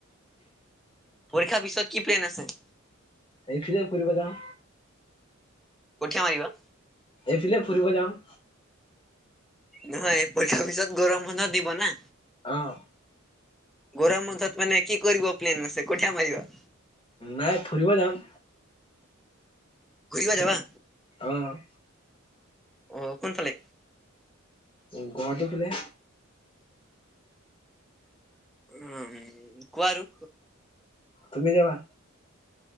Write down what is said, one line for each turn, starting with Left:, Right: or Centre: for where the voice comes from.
Centre: পৰীক্ষাৰ পিছত কি প্লেন আছে?
Left: এইফিলে ফুৰিব যাম।
Centre: কঠিয়া মাৰিবা?
Left: এইফিলে ফুৰিব যাম।
Centre: নহয়, পৰীক্ষাৰ পিছত গৰম বন্ধ দিব না।
Left: আহ।
Centre: গৰম বন্ধত মানে কি কৰিব প্লেন মছে কঠিয়া মাৰিবা?
Left: নাই ফুৰিব যাম।
Centre: ঘূৰিব যাবা।
Left: অ'।
Centre: অ কোনফালে?
Left: উম গুৱাহাটী খোলে?
Centre: উম কোৱা আৰু।
Left: তুমি যাবা?